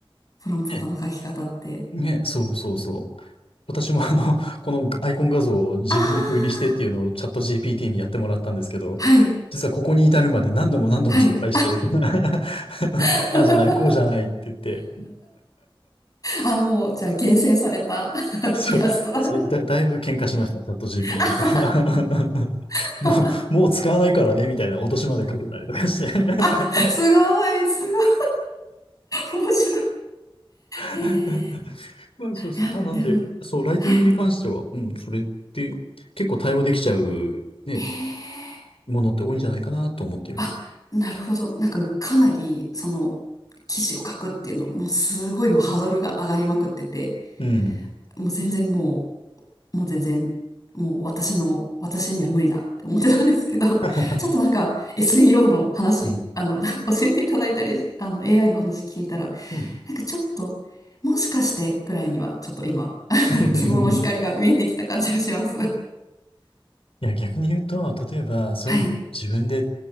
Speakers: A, on the left; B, on the left.
A: プロンプトの書き方って。
B: ねね、そうそうそう。私もあの、<laughs> このアイコン画像をジブリ風にしてっていうのをチャット
A: ああ
B: GPT にやってもらったんですけど、
A: はい、
B: 実はここに至るまで何度も何度も失敗して、
A: はい。
B: <laughs>
A: <laughs>
B: ああじゃない、こうじゃないって言って、
A: あ、もう、じゃあ厳選された <laughs>
B: <laughs> そう、
A: イラストだ。
B: そうだ、だいぶ喧嘩しました、チャット GPT
A: あ、
B: と。<laughs>
A: <laughs>
B: もう、もう使わないからね、みたいな脅しまでかけたりとかして。
A: あすごい、すごい、面白い。
B: <laughs>
A: へえ。
B: まあ、そうそう。
A: いや、
B: まあ、なんで、
A: でも、
B: そう、ライティングに関しては、
A: はい。
B: うん、それって結構対応できちゃう、ね、
A: へえ。
B: ものって多いんじゃないかなと思っています。
A: あ、なるほど。なんかもうかなり、その、記事を書くっていうの、もうすごいもうハードルが上がりまくってて、
B: うん。
A: もう全然もう、もう全然、もう私の、私には無理だって思ってたんですけど、<laughs>
B: <laughs>
A: ちょっとなんか SEO の話、
B: うん。
A: あの、<laughs> 教えていただいたり、あの、AI の話聞いたら、
B: うん。
A: なんかちょっと、もしかしてぐらいには、ちょっと今、<laughs>
B: <laughs>
A: 希望の光が見えてきた感じがします。
B: いや、逆に言うと、例えば、そういうの自分で
A: はい、